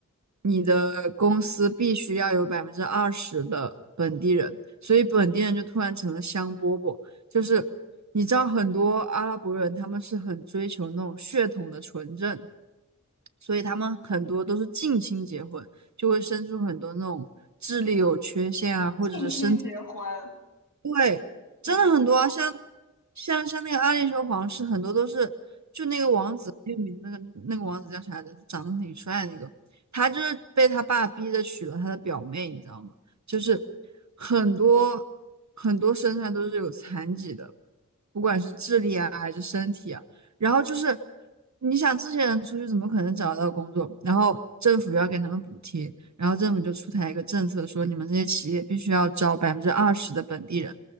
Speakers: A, on the right; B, on the left.
A: 你的公司必须要有百分之二十的本地人，所以本地人就突然成了香饽饽，就是你知道很多阿拉伯人他们是很追求那种血统的纯正，所以他们很多都是近亲结婚，就会生出很多那种智力有缺陷啊，或者是身体。
B: 近亲结婚，
A: 对，真的很多啊，
B: 我没听说过。
A: 像像像那个《暗恋球皇室》，很多都是就那个王子很有名的那个那个王子叫啥来着？长得挺帅的那个，他就是被他爸逼着娶了他的表妹，你知道吗？就是很多很多身上都是有残疾的，不管是智力啊还是身体啊。然后就是你想这些人出去怎么可能找得到工作？然后政府要给他们补贴，然后政府就出台一个政策说，你们这些企业必须要招百分之二十的本地人。